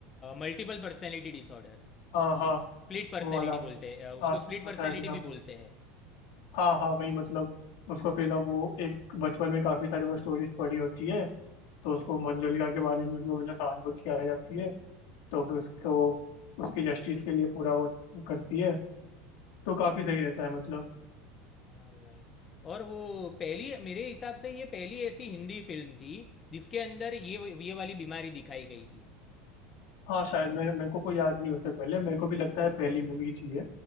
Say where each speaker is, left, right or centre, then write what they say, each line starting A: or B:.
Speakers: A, on the left; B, on the left.
A: Multiple personality disorder
B: हाँ हाँ
A: Split personality
B: वो वाला
A: बोलते हैं अ,
B: हाँ
A: उसको स्प्लिट
B: पर्सनैलिटी
A: पर्सनैलिटी
B: हाँ
A: भी बोलते हैं
B: हाँ हाँ वही मतलब उसको फिर ना वो एक बचपन में काफी सारी वो स्टोरीज पढ़ी होती है
A: हाँ।
B: तो उसको मंजुलिका के बारे में उसको ना सहानुभूति आ जाती है तो फिर उसको उसकी जस्टिस के लिए पूरा वो करती है तो काफी सही रहता है मतलब
A: हाँ भाई और वो पहली मेरे हिसाब से ये पहली ऐसी हिंदी फिल्म थी जिसके अंदर ये ये वाली बीमारी दिखाई गई थी
B: हाँ शायद मेरे मेरे को कोई याद नहीं उससे पहले मेरे को भी लगता है पहली मूवी थी ये